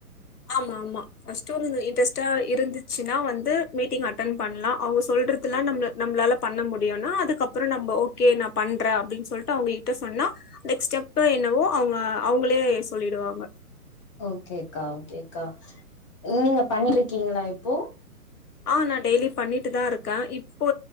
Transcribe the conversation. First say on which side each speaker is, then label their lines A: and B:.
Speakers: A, on the left; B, on the left.
A: ஆமா ஆமா ஃபர்ஸ்ட் இன்ட்ரெஸ்ட்டா இருந்துச்சுன்னா வந்து மீட்டிங் அட்டென் பண்லா அவங்க சொல்றதுலா நம்ப நம்ப்ளால பண்ண முடியும்னா அதுக்கப்புறம் நம்ம ஓகே நா பண்றே அப்டின்னு சொல்லிட்டு அவங்ககிட்ட சொன்னா நெக்ஸ்ட் ஸ்டெப் என்னவோ அவுங்க அவ்ங்ளே சொல்லிடுவாங்க
B: ஓகேக்கா ஓகேக்கா நீங்க பண்ருக்கீங்ளா போ
A: ஆ நா டெய்லி பண்ணிட்டு தா இருக்க இப்போ